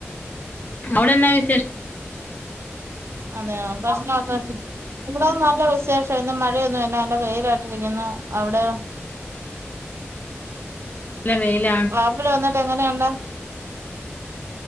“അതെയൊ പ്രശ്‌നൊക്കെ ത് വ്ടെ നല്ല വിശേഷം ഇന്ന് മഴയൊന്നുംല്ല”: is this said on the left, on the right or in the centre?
Right